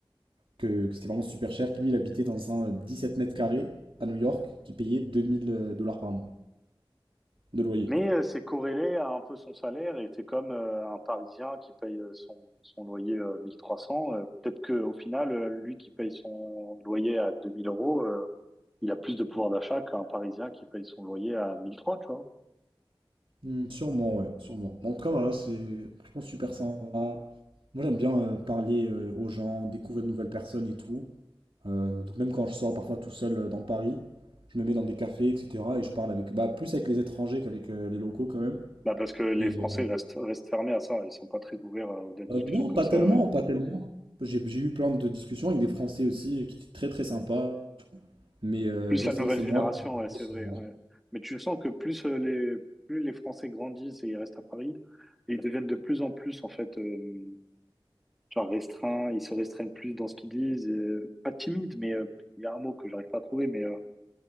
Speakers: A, on the right; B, in the centre.
A: que, que c'était vraiment super cher, que lui, il habitait dans un 17 mètres carrés à New York, qui payait 2000 dollars par mois de loyer.
B: Mais euh, c'est corrélé à un peu son salaire et c'est comme euh, un Parisien qui paye euh, son, son loyer euh, 1300. euh, peut-être qu'au final, euh, lui qui paye son loyer à 2000 euros, euh, il a plus de pouvoir d'achat qu'un Parisien qui paye son loyer à 1300, tu vois.
A: Hmm, sûrement, ouais, sûrement. En tout cas, voilà, c'est franchement super sympa. Moi, j'aime bien euh, parler euh, aux gens, découvrir de nouvelles personnes et tout. Euh, donc, même quand je sors parfois tout seul euh, dans Paris, je me mets dans des cafés, etc. Et je parle avec, bah, plus avec les étrangers qu'avec euh, les locaux quand même.
B: Bah parce que les
A: Et
B: Français
A: euh,
B: restent, restent fermés à ça. Ils sont pas très ouverts à, à des discussions
A: euh, non,
B: comme
A: pas
B: ça.
A: tellement,
B: euh,
A: pas tellement. J'ai j'ai eu plein de discussions avec des Français aussi euh, qui étaient très très sympas. Mais heu,
B: Plus
A: ouais,
B: la
A: c'est
B: nouvelle
A: vrai que c'est
B: génération,
A: moi qui-
B: ouais, c'est vrai. ouais. Mais tu sens que plus euh, les, plus les Français grandissent et ils restent à Paris, et ils deviennent de plus en plus, en fait, euh, genre restreints, ils se restreignent plus dans ce qu'ils disent. et- euh, pas timides, mais euh, il y a un mot que j'arrive pas à trouver, mais euh,